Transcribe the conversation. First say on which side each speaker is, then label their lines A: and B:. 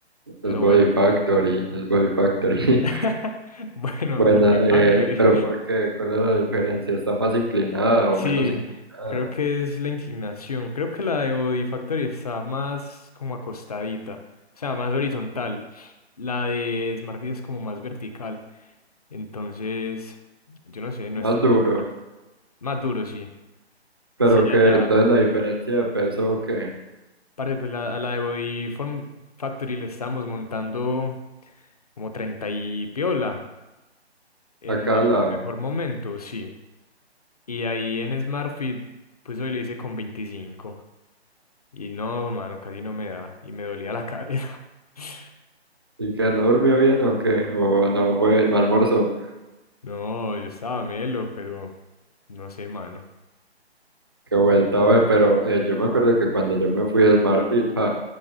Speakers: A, on the left; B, on the right.
A: Pero
B: Es Body
A: bueno,
B: Factory, es Body Factory.
A: <laughs>
B: <laughs>
A: bueno,
B: Bueno,
A: Body
B: eh,
A: Factory.
B: pero ¿por qué? ¿Cuál es la diferencia? ¿Está más inclinada
A: Sí,
B: o menos inclinada?
A: creo que es la inclinación. Creo que la de Body Factory está más como acostadita, o sea, más horizontal. La de Smartfit es como más vertical. Entonces, yo no sé, no
B: Más
A: es tan
B: duro.
A: bacana. Más duro, sí.
B: ¿Pero
A: Sí,
B: qué?
A: allá.
B: Entonces la diferencia de peso, ¿qué?
A: Parce, pues la, a la de Body Form Factory le estábamos montando como 30 y piola en
B: A cada
A: el
B: lado.
A: mejor momento, sí. Y ahí en Smartfit, pues hoy le hice con 25. Y no, mano, casi no me da. Y me dolía la cadera <laughs>
B: ¿Y que no durmió bien o qué? ¿O no fue, no almorzó?
A: No, yo estaba melo, pero no sé, mano.
B: Qué vuelta, güey. Pero eh, yo me acuerdo que cuando yo me fui a SmartFit, ja,